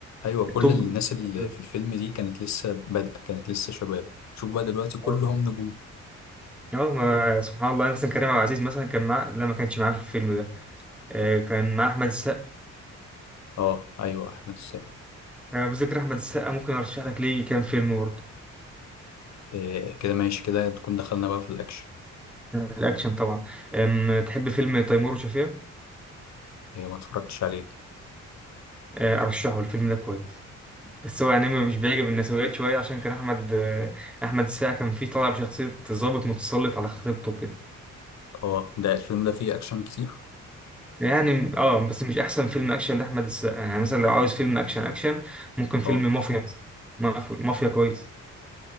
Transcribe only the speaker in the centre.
التوب
في الفترة
دي.
آه.
اه ما سبحان الله مثلا كريم عبد العزيز مثلا كان معاه لا ما كانش معاه في الفيلم ده. آه، كان مع أحمد السقا
أنا بذكر أحمد السقا ممكن أرشح لك ليه كام فيلم برضه
الأكشن طبعا أم، تحب فيلم تيمور وشفيقة
آه، أرشحه الفيلم ده كويس بس هو يعني مش بيعجب النسويات شوية عشان كان أحمد آه، أحمد السقا كان فيه طالع بشخصية ضابط متسلط على خطيبته كده
يعني اه بس مش أحسن فيلم أكشن لأحمد السقا يعني مثلا لو عاوز فيلم أكشن أكشن ممكن فيلم
مافيا مثلا. مافيا مافيا كويس